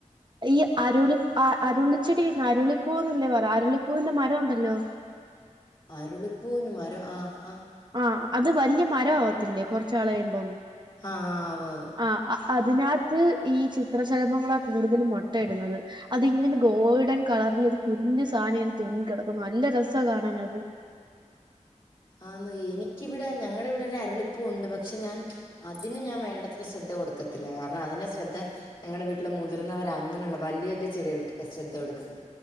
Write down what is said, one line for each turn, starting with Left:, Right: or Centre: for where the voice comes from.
Right: ഈ അരുളി അ അരുളിച്ചെടിന്ന് അരുളിപ്പൂവ്ന്നല്ലേ പറ്യാ അരുളിപ്പൂവിന്റെ മരം ഉണ്ടല്ലോ
Left: ആരുളിപ്പൂവിന് മരംആഹ് ആഹ്
Right: ആഹ് അത് വല്ല്യ മരാവത്തില്ലേ കെറച്ച് നാള്കഴിമ്പം
Left: ആഹ് ഉവ്വ് ഉവ്വ്.
Right: ആഹ് അ അതിനകത്ത് ഈ ചിത്രശലഭങ്ങളാ കൂട്തലും മൊട്ടയിടുന്നത് അതിങ്ങനെ ഗോൾഡൻ കളറ്‌ല് ഒരു കുഞ്ഞ് സാനം ഇങ്ങനെ തൂങ്ങി കടക്കും നല്ല രസാ കാണാനത്
Left: ആന്ന് എനിക്കിവിടെ ഞങ്ങള ഇവിടെ ഒര അരളിപൂവ്ണ്ട് പക്ഷെ ഞാൻ അതിന് ഞാ വേണ്ടത്ര ശ്രദ്ധ കൊടുക്കത്തില്ല കാരണം അതിനെശ്രദ്ധ ഞങ്ങടെ വീട്ടില മുതിർന്നവരാ അങ്ങനള്ള വല്ല്യ വല്ല്യ ചെടികൾക്കക്കെ ശ്രദ്ധ കൊടുക്ക്ന്ന്